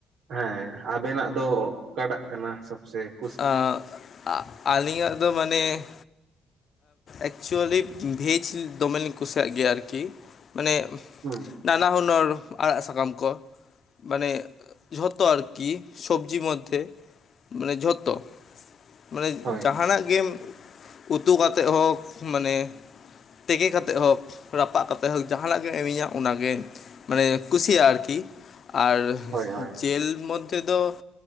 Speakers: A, on the right; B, on the left.
A: ᱦᱮᱸ ᱟᱵᱮᱱᱟᱜ ᱫᱚ ᱚᱠᱟᱴᱟᱜ ᱠᱟᱱᱟ ᱥᱚᱵᱥᱮ ᱼᱼ
B: ᱟᱸ ᱟᱹᱞᱤᱧᱟᱜ ᱫᱚ ᱢᱟᱱᱮ ᱼᱼ ᱮᱠᱪᱩᱭᱮᱞᱤ ᱵᱷᱮᱹᱡᱽ ᱫᱚᱢᱮ ᱞᱤᱧ ᱠᱩᱥᱤᱭᱟᱜ ᱜᱮᱭᱟ ᱟᱨᱠᱤ ᱾ ᱢᱟᱱᱮᱼᱼ
A: ᱦᱩᱸ ᱾
B: ᱱᱟᱱᱟ ᱦᱩᱱᱟᱹᱨ ᱟᱲᱟᱜ ᱥᱟᱠᱟᱢ ᱠᱚ ᱾ ᱢᱟᱱᱮ ᱡᱷᱚᱛᱚ ᱟᱨᱠᱤ ᱥᱚᱵᱡᱤ ᱢᱚᱫᱷᱮ ᱾ ᱢᱟᱱᱮ ᱡᱷᱚᱼᱼ ᱼᱛᱚ ᱢᱟᱱᱮ
A: ᱦᱳᱭ
B: ᱡᱟᱦᱟᱱᱟᱜ ᱜᱮᱢ ᱩᱛᱩ ᱠᱟᱛᱮᱫ ᱦᱚᱸ ᱢᱟᱱᱮ ᱼᱼ ᱛᱮᱠᱮ ᱠᱟᱛᱮᱫ ᱦᱳᱠ, ᱨᱟᱯᱟᱜ ᱠᱟᱛᱮᱫ ᱦᱳᱠ ᱡᱟᱦᱟᱱᱟᱜ ᱜᱮᱢ ᱤᱢᱟᱹᱧᱟ ᱚᱱᱟᱜᱮ ᱼᱼ ᱢᱟᱱᱮ ᱠᱩᱥᱤᱭᱟᱜ ᱟᱨᱠᱤ ᱾ ᱟᱨ
A: ᱦᱳᱭ
B: ᱼᱼ
A: ᱦᱳᱭ
B: ᱡᱮᱞ ᱢᱚᱫᱽᱫᱷᱮ ᱫᱚ